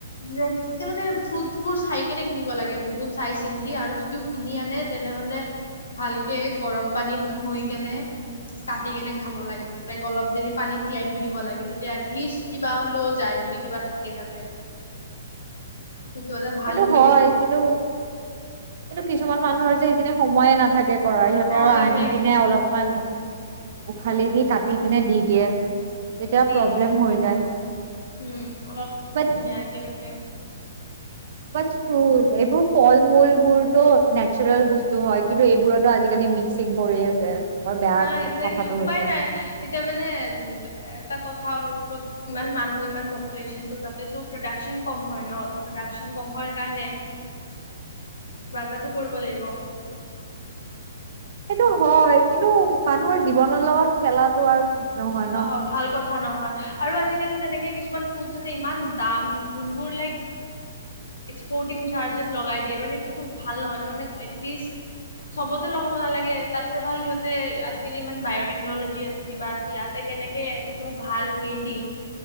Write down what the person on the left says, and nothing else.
একজেক্টলি মানে ফ্ৰুটছবোৰ চাই কেনে কিনিব লাগে বহুত চাই চিন্তি আৰু যদিও কিনি আনে তেনেহ'লে ভালকে গৰম পানীত ধুই কেনে কাটি কেনে খাব লাগে, লাইক অলপ দেৰি পানীত তিয়াই থৈ দিব লাগে তেতিয়া এটলিষ্ট কিবা হ'লেও যায় যদি কিবা থাকে তাতে। সেইটো এটা ভাল
ৱে
অঁ
একজেক্টলি।
উম
দি
দিয়ে
উম অলপ
ধুনীয়াকে মানে।
অ একজেক্টলি
উপায়
নাই এতিয়া মানে এ এটা কথা হ'ল। ত'ত ইমান মানুহ ইমান পপুলেশ্বনটো তাতে প্ৰডাকচন কম হয় ন ত প্ৰডাকচন কম হোৱাৰ কাৰণে কিবা এটাটো কৰিব লাগিব।
অ ভাল কথা নহয় আৰু আজিকালি যেনেকে কিছুমান ফ্ৰুট আছে, ইমান দাম যোনবোৰ লাইক এক্সপৰ্টিং চাৰ্জছ লগাই দিয়ে সেইটোতো ভাল নহয় ন, এটলিষ্ট চবতে লগাব নালাগে, তাত ভাল সিহঁতে আজিকালি ইমান বায়টেকনলজি আছে কিবা, আছে ইয়াতে কেনেকে সেইটো ভাল ৱে দি